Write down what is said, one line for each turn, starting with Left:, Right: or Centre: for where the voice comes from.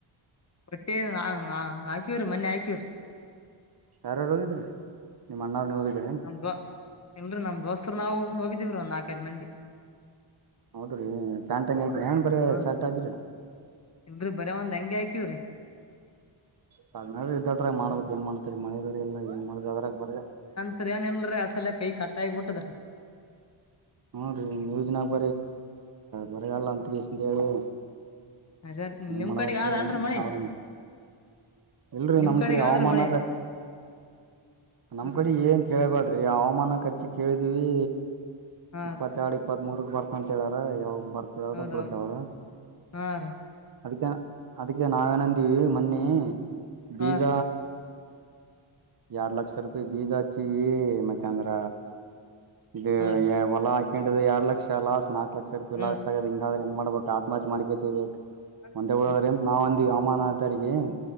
Left: <unintelligible> ಮೊನ್ನಿ ಹಾಕಿವ್ರಿ.
Right: ಯಾರ್ಯಾರ ಹೋಗಿದ್ರಿ ನಿಮ್ಮ ಅಣ್ಣಾ ನೀವ್ ಅದು ಹೋಗಿದ್ರ್ಯಾ.
Left: <unintelligible> ಇಲ್ರೀ ನಮ್ ದೋಸ್ತರು ನಾವು ಒಮ್ಮಿ ಹೋಗಿದ್ದಿವ್ರಿ ಒಂದು ನಾಲ್ಕೈದ್ ಮಂದಿ.
Right: ಹೌದ್ರೀ ಪ್ಯಾಂಟ್, ಅಂಗಿ ಹಾಕಿರಿ ಏನ್ ಬರೇ
Left: ಹಾ
Right: ಶರ್ಟ್ ಹಾಕಿರಿ.
Left: ಇಲ್ರಿ ಬರೇ ಒಂದ್ ಅಂಗಿ ಹಾಕಿವ್ರೀ.
Right: <unintelligible> ಮಾಡ್ಬೇಕ್
Left: ಹ್ಮ್
Right: ಏನ್ ಮಾಡ್ತೀರಿ ಮಳೆ ಬರೇ ಇಲ್ಲಾ ಏನ್ ಮಾಡುದ ಅದ್ರಾಗ್ ಬರಗ
Left: ಕ್ಕದೆನ್ ಇಲ್ರಿ ಯಾಡ್ ಸಲಾ ಕೈ ಕಟ್ಟಾಗಿ ಬಿಟ್ಟದರಿ.
Right: ಹುನ್ರೀ <unintelligible> ಬರಗಾಲ ಅಂತ ಕಿಸಿಂದ್ ಹೇಳಿ.
Left: ಅದರೀ
Right: ಏನ್
Left: ನಿಮ್ಮ್
Right: ಮಾಡ್ಬೇಕ್ರಿ
Left: ಕಡೆ ಯಾವ್ದ್ ಅನ್ರಿ ಮಳಿ.
Right: ಅವ್ರ ಇಲ್ರಿ
Left: ನಿಮ್
Right: ನಮ್ಮ್
Left: ಕಡೆಗ್
Right: ಕಡೆ ಹವಾಮಾನ
Left: ಆದ್ರಿ ಮಳಿ
Right: <unintelligible> ನಮ್
Left: ಹ
Right: ಕಡೆ
Left: ಹಾ
Right: ಏನ್ ಕೇಳಬೇಡ್ರಿ ಹವಾಮಾನ ಕಚ್ಚಿ ಕೇಳಿದಿವವಿ
Left: ಹಾ
Right: ಇಪ್ಪತ್ತೆರಡು
Left: ರೀ
Right: ಇಪ್ಪ ಇಪ್ಪತ್ ಮೂರುಕ್ ಬರ್ತಂತ ಹೇಳಾರ ಯಾವಾಗ ಬರ್ತದ
Left: ಹೌದೌದು
Right: ಬಿಡ್ತಾವದ
Left: ಹಾ ರೀ
Right: ಅದಕ್ಕೆ ಅದಕ್ಕೆ ನಾವೇನಂದೀವಿ ಮೊನ್ನಿ ಬೀಜ
Left: ಹಾ ರೀ
Right: ಎರಡ್ ಲಕ್ಷ ರೂಪಾಯಿ ಬೀಜ ಹಚ್ಚಿವಿ ಮತ್ತ ಅಂದ್ರ ಇದು
Left: ಹಾ ರೀ
Right: ಹೊಲ ಹಾಕೊಂಡ ಎಡ್ ಲಕ್ಷ ಲಾಸ್ ನಾಲ್ಕ್ ಲಕ್ಷ ರೂಪಿ
Left: ಹಾ
Right: ಲಾಸ್ ಆಗದ ಹಿಂಗಾದ್ರೆ ಹೆಂಗ್ ಮಾಡ್ಬೇಕು ಆತ್ಮಹತ್ಯೆ ಮಾಡ್ಕದೇ ಬಕ್
Left: ರೀ
Right: ಒಂದೆ ಊರವ್ರೆ
Left: ಹ್ಮ್
Right: ಅಂತ ನಾವ್ ಅಂದಿವಿ ಅಮಾನದಾರಿಗೆ